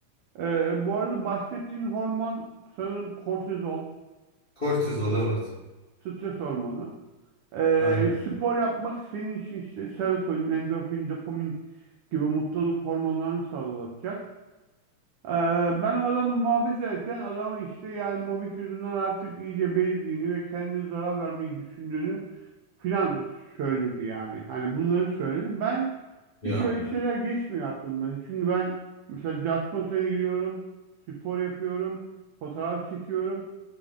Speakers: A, on the right; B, on the left.
A: Ee, bu arada bahsettiğin hormon sanırım kortizol,
B: Kortizol evet.
A: stres hormonu. Ee,
B: Aynen.
A: spor yapmak senin için işte serotonin, endorfin, dopamin gibi mutluluk hormonlarını sağlayacak. Ee, ben o adamı muhabbet ederken adamın işte yani mobik yüzünden artık iyice bezdiğini ve kendine zarar vermeyi düşündüğünü filan söyledi yani. Hani bunları söyledi. Ben
B: Ya.
A: hiç öyle şeyler geçmiyor aklımdan. Çünkü ben mesela jazz konserine gidiyorum, spor yapıyorum, fotoğraf çekiyorum